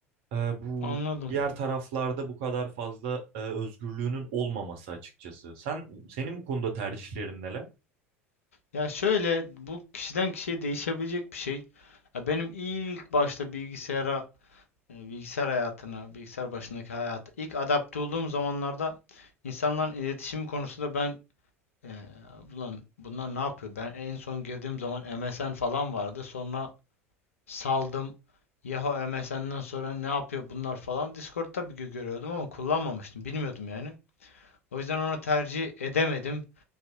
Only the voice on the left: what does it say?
Anladım.
Ya şöyle bu kişiden kişiye değişebilecek bir şey. Ya benim ilk başta bilgisayara, e, bilgisayar hayatına, bilgisayar başındaki hayata ilk adapte olduğum zamanlarda insanların iletişimi konusunda ben e, ulan bunlar ne yapıyor? Ben en son girdiğim zaman MSN falan vardı. Sonra saldım. Yahoo MSN'den sonra ne yapıyor bunlar falan. Discord tabii ki görüyordum ama kullanmamıştım. Bilmiyordum yani. O yüzden onu tercih edemedim.